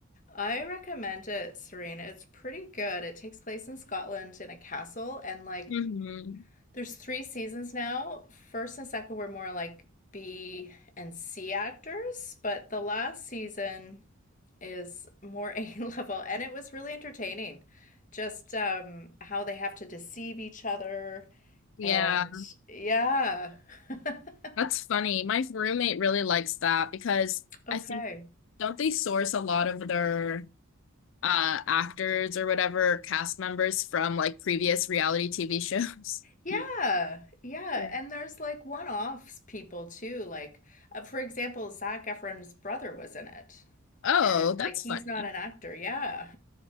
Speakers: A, on the left; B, on the left.
A: I recommend it, Serena. It's pretty good. It takes place in Scotland in a castle, and like
B: hmm
A: there's three seasons now. First and second were more like B and C actors, but the last season is more <laughs> A level, and it was really entertaining. Just um, how they have to deceive each other,
B: Yeah,
A: and yeah. <laughs>
B: that's funny. My roommate really likes that because
A: Okay.
B: I think don't they source a lot of their uh actors or whatever cast members from like previous reality TV shows.
A: Yeah,
B: <laughs>
A: yeah,
B: Yeah.
A: and there's like one-offs people too. Like, uh, for example, Zac Efron's brother was in it,
B: Oh,
A: and
B: that's
A: like he's
B: funny.
A: not an actor. Yeah,